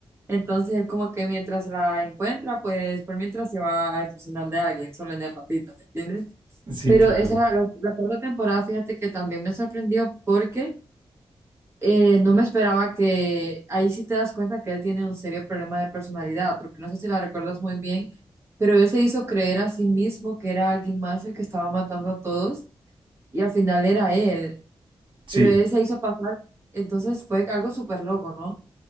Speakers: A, on the right; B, on the right.
A: entonces él como que mientras la encuentra, pues por mientras se va a obsesionar de alguien, solo en el ratito, ¿me entiendes?
B: Sí,
A: Pero
B: claro.
A: esa, la, la cuarta temporada, fíjate que también me sorprendió porque... Eh, no me esperaba que ahí sí te das cuenta que él tiene un serio problema de personalidad, porque no sé si la recuerdas muy bien, pero él se hizo creer a sí mismo que era alguien más el que estaba matando a todos y al final era él,
B: Sí,
A: pero él se hizo pasar, entonces fue algo súper loco, ¿no?